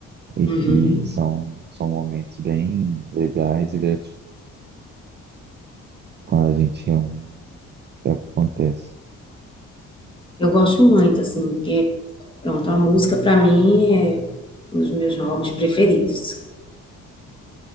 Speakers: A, on the right; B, on the left.
A: e
B: uhum.
A: que são, são momentos bem legais e gratificantes quando a gente reúne, que acontece.
B: Eu gosto muito, assim, porque, pronto, a música para mim é um dos meus hobbies preferidos.